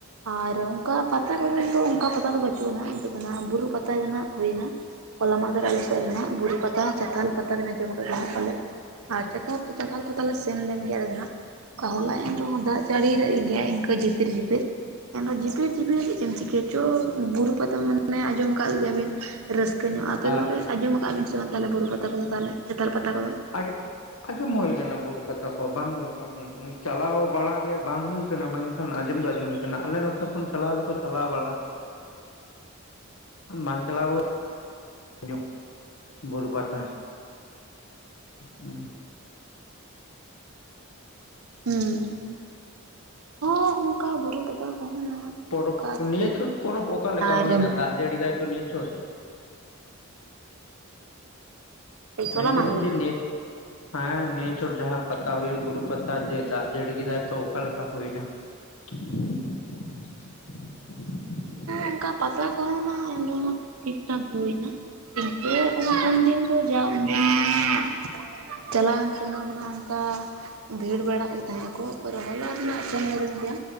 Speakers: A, on the right (about 85°); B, on the left (about 80°).
A: ᱟᱨ ᱚᱱᱠᱟ ᱯᱟᱛᱟ ᱠᱚ ᱢᱮᱱ ᱫᱚ ᱚᱱᱠᱟ ᱯᱟᱛᱟ ᱫᱚ ᱵᱟᱹᱪᱩᱜ ᱟ ᱱᱤᱛᱚᱜ ᱫᱚ ᱵᱩᱨᱩ ᱯᱟᱛᱟ ᱜᱮᱱᱟᱜ ᱦᱩᱭ ᱱᱟ ᱠᱚᱞᱟ ᱢᱟᱫᱮᱨ ᱟᱞᱮ ᱥᱮᱫ ᱨᱮᱱᱟᱜ ᱵᱩᱨᱩ ᱯᱟᱛᱟ ᱪᱛᱷᱟᱞ ᱯᱟᱛᱟ ᱵᱮᱱ ᱟᱸᱡᱚᱢ ᱟᱠᱟᱫ ᱜᱮ ᱯᱟᱞᱮᱜᱼᱼ ᱟᱨ ᱪᱟᱛ ᱪᱟᱛᱷᱟ ᱠᱚ ᱛᱟᱞᱮ ᱞᱮᱱ ᱜᱮᱭᱟ ᱟᱞᱮ ᱫᱚ ᱱᱟᱜᱼᱼ ᱦᱚᱞᱟ ᱮᱱ ᱨᱮᱦᱚᱸ ᱫᱟᱜ ᱡᱟᱹᱲᱤ ᱞᱮᱜ ᱜᱮᱭᱟᱭ ᱤᱱᱠᱟᱹ ᱡᱤᱯᱤᱨ ᱡᱤᱯᱤᱨ ᱮ ᱡᱷᱤᱯᱨ ᱡᱷᱤᱯᱤᱨ ᱪᱮᱫ ᱮᱢ ᱪᱤᱠᱟᱹᱭᱟ ᱪᱚ ᱵᱩᱨᱩ ᱯᱟᱛᱟ ᱢᱟᱱᱮ ᱟᱸᱡᱚᱢ ᱟᱠᱟᱫ ᱜᱮᱭᱟ ᱵᱤᱱ ᱨᱟᱹᱥᱠᱟᱹ ᱧᱚᱜ ᱟᱯᱮ
B: ᱦᱮᱸ
A: ᱵᱟᱯᱮ
B: ᱦᱮᱸ
A: ᱟᱸᱡᱚᱢ ᱟᱠᱟᱫ ᱵᱤᱱ ᱥᱮ ᱵᱟᱝ ᱛᱟᱦᱚᱞᱮ ᱵᱩᱨᱩ ᱯᱟᱛᱟ ᱠᱚᱫᱚ ᱛᱟᱦᱞᱮ ᱪᱟᱛᱟᱞ ᱯᱟᱛᱟ ᱠᱚᱫᱚ
B: ᱟᱜᱮᱼᱼ ᱟᱸᱡᱚᱢ ᱦᱩᱭ ᱟᱠᱟᱱᱟ ᱵᱩᱨᱩ ᱯᱟᱛᱟ ᱠᱚ ᱵᱟᱝ ᱫᱚ ᱵᱟᱝ ᱪᱟᱞᱟᱣ ᱵᱟᱲᱟᱜ ᱜᱮ ᱵᱟᱝ ᱦᱩᱭ ᱠᱟᱱᱟ ᱢᱮᱼᱼ ᱟᱸᱡᱚᱢ ᱫᱚ ᱟᱸᱡᱚᱢ ᱦᱩᱭ ᱟᱠᱟᱱᱟ ᱟᱞᱮ ᱱᱚᱛᱮ ᱠᱷᱚᱱ ᱪᱟᱞᱟᱣ ᱫᱚᱠᱚ ᱪᱟᱞᱟᱣ ᱵᱟᱲᱟᱜ-ᱟ᱾ ᱵᱟᱝ ᱪᱟᱞᱟᱣ <unintelligible> ᱵᱩᱨᱩ ᱯᱟᱛᱟ
A: ᱦᱩᱸ
B: ᱦᱩᱸ
A: ᱦᱩᱸ ᱦᱚ ᱚᱱᱠᱟ ᱵᱩᱨᱩ ᱯᱟᱛᱟ ᱠᱚᱦᱚᱸ ᱱᱟᱦᱟᱜ
B: ᱯᱚᱨᱚᱵᱽ
A: ᱚᱱᱠᱟ
B: ᱱᱤᱭᱟᱹ
A: ᱴᱷᱤᱠ
B: ᱪᱷᱩᱴ
A: ᱜᱮᱭᱟ
B: ᱯᱚᱨᱚᱵᱽ ᱚᱠᱟ ᱞᱮᱠᱟ
A: ᱟᱨ
B: ᱦᱩᱭ ᱱᱟ ᱫᱟᱜ ᱡᱟᱹᱲᱤ ᱫᱟᱭ ᱛᱚ ᱱᱤᱭᱟᱹ ᱪᱷᱩᱴ
A: ᱥᱚᱞᱟ
B: ᱞᱟᱹᱭ ᱫᱟᱞᱤᱧ
A: ᱢᱟᱦᱫᱮᱨ
B: ᱡᱮ ᱱᱤᱭᱟᱹᱼᱼ ᱦᱮᱸ ᱱᱤᱭᱟᱹ ᱪᱚᱴ ᱡᱟᱦᱟᱸ ᱯᱟᱛᱟ ᱦᱩᱭᱮᱱ ᱵᱩᱨᱩ ᱯᱟᱛᱟ ᱡᱮ ᱫᱟᱜ ᱡᱟᱹᱲᱤ ᱠᱮᱫᱟᱭ ᱛᱚ ᱚᱠᱟ ᱞᱮᱠᱟ ᱦᱩᱭ ᱱᱟ <inaudible>
A: ᱚᱱᱠᱟ ᱯᱟᱛᱟ ᱠᱚᱦᱚᱸ ᱱᱟ ᱮᱱ ᱨᱮᱦᱚᱸ ᱴᱷᱤᱠ ᱴᱷᱟᱠ ᱦᱩᱭ ᱱᱟ ᱱᱚᱛᱮ ᱩᱱᱟᱹᱜ ᱩᱱ ᱫᱤᱱ ᱫᱚ ᱡᱟ ᱩᱱ ᱫᱤᱱ <unintelligible> ᱪᱟᱞᱟᱣᱮᱱ ᱥᱮᱨᱢᱟ ᱫᱚ ᱦᱟᱸᱜ ᱚᱱᱠᱟᱼᱼ ᱵᱷᱤᱲ ᱵᱟᱲᱟᱜ ᱜᱮ ᱛᱟᱦᱮᱸᱫ ᱠᱚ ᱯᱚᱨᱮ <unintelligible> ᱦᱚᱞᱟ ᱨᱮᱱᱟᱜ ᱪᱚᱢ <unintelligible> ᱜᱮᱭᱟ